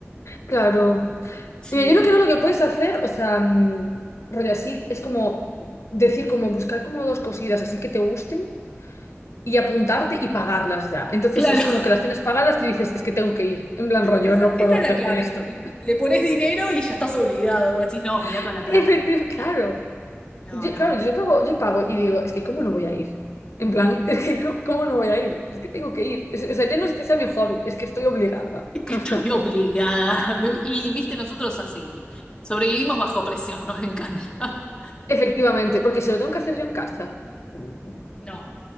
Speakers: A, on the left (about 70°); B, on the left (about 20°).
A: claro.
B: Sí,
A: Mira, yo lo que no lo que puedes hacer, o sea, mm, rollo así, es como decir, como buscar como dos cositas así que te gusten y apuntarte y pagarlas ya. Entonces
B: claro,
A: es como
B: <laughs>
A: que las tienes pagadas y dices, es que tengo que ir. En plan rollo,
B: esa,
A: no puedo
B: esa
A: hacerme
B: es la clave.
A: esto.
B: Le pones dinero y ya estás obligado. Vos decís, no, mira
A: <laughs>
B: toda la plata
A: Efectivamente,
B: que...
A: claro.
B: Ah, No,
A: Yo,
B: no.
A: claro, yo pago, yo pago y digo, es que ¿cómo no voy a ir? En plan, <laughs> es que ¿cómo cómo no voy a ir? Es que tengo que ir. Es- o sea, ya no es que sea mi hobby, es que estoy obligada.
B: <laughs> Es que
A: <laughs>
B: estoy obligada. <laughs> Me- Y viste, nosotros así. Sobrevivimos bajo presión, nos encanta. <laughs>
A: Efectivamente, porque si lo tengo que hacer yo en casa. mm,
B: No,